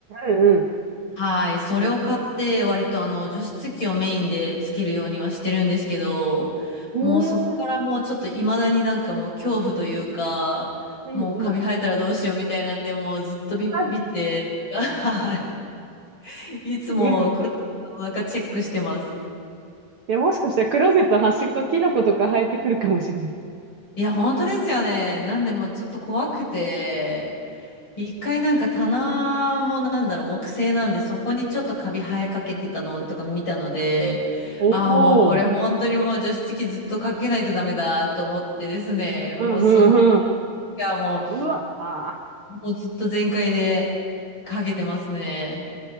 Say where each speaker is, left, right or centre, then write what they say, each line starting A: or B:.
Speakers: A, on the right (about 75°); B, on the left (about 30°).
A: うんうん。
B: はい、それを買って割とあの除湿機をメインでつけるようにはしてるんですけど、
A: うん
B: もうそこからもうちょっと未だになんかもう恐怖というか、
A: うんうん。
B: もうカビ生えたらどうしようみたいなんで、もうずっとビビって、
A: <laughs> あ、
B: <laughs> はい。<laughs> いつもクローゼットの中チェックしてます。
A: いや、いや、もしかしたらクローゼット端っこ、キノコとか生えてくるかもしれない。
B: いや、本当ですよね。なんでもうちょっと怖くて、一回なんか棚もなんだろう、木製なんで、そこにちょっとカビ生えかけてたのとか見たので、
A: お
B: ああ、もうこれ本当にもう除湿機ずっとかけないとダメだと思ってですね、
A: お、
B: もうその、
A: うんうんうん。
B: いや、も
A: うわ、あ
B: う、もうずっと全開でかけてますね。